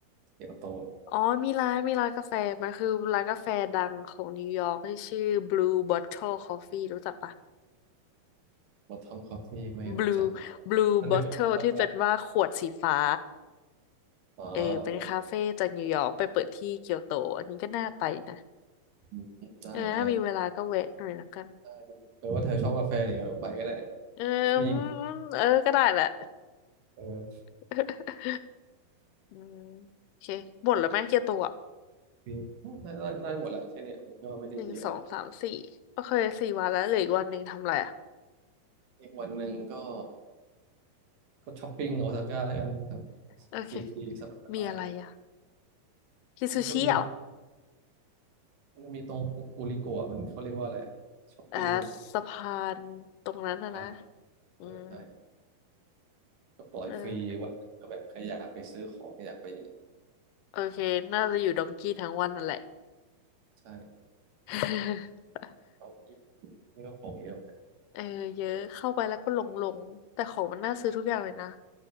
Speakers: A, on the right (about 60°); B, on the left (about 85°).
A: เกียวโต
B: อ๋อมีร้านมีร้านกาแฟมันคือร้านกาแฟดังของนิวยอร์กที่ชื่อ Blue Bottle Coffee รู้จักปะ
A: วอททอมคอฟฟี่ไม่รู้จัก
B: blue blue
A: มันไปเปิดที่โอซาก้า
B: bottle ที่เป็นว่าขวดสีฟ้า
A: อ๋อเออ
B: เออเป็นคาเฟ่จากนิวยอร์กไปเปิดที่เกียวโตอันนี้ก็น่าไปนะ
A: อืมได้ได้
B: เออถ้ามีเวลาก็แวะหน่อยละกัน
A: ได้ได้เออว่าเธอชอบกาแฟเนี่ยเออไปก็ได้
B: เอออืมเออก็ได้แหละ
A: มีเออ
B: <laughs> อืมโอเคหมดแล้วไหมเกียวโตอ่ะ
A: คือได้ได้ได้หมดแหละแค่เนี้ยมันก็ไม่ได้เยอะ
B: หนึ่งสองสามสี่โอเคสี่วันแล้วเหลืออีกวันหนึ่งทำอะไรอ่ะ
A: อีกวันหนึ่งก็ก็ช้อปปิ้งโอซาก้าแล้วกันครับ
B: โอเค
A: ฟรีฟรีสบายสบายนะ
B: มีอะไรอ่ะกินซูชิเหรอ
A: มันก็มีมันมีตรงกูริโกะมันเขาเรียกว่าอะไรช้อปปิ้ง
B: อ่าสะพานตรงนั้นนะนะ
A: อ่ะเออใช่
B: อืม
A: ก็ปล่อยฟรีวันก็แบบใครอยากไปซื้อของอยากไป
B: เออโอเคน่าจะอยู่ดองกี้ทั้งวันนั่นแหละ
A: ใช่
B: <laughs>
A: เอาที่ นี่ก็ของเยอะเหมือนกัน
B: เออเยอะเข้าไปแล้วก็หลงหลงแต่ของมันน่าซื้อทุกอย่างเลยนะ